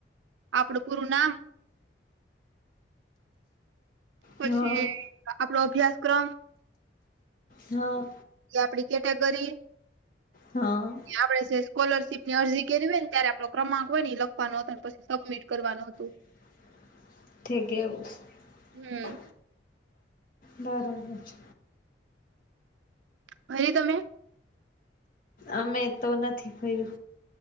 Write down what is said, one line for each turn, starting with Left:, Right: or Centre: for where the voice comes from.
Right: આપડું પૂરું નામ પછી
Left: હા
Right: આપડો અભ્યાસક્રમ
Left: હા
Right: કે આપડી કેટેગરી
Left: હા
Right: આપડે છે સ્કોલરશીપ ની અરજી કરવી હોય ને ત્યારે આપડો ક્રમાંક હોય ને ઈ લખવાનો હતો પછી સબમિટ કરવાનુ હતું.
Left: <unintelligible> ઠીક એવું છે.
Right: હમ.
Left: બરોબર.
Right: ભરી તમે?
Left: અમે તો નથી ભયરુ.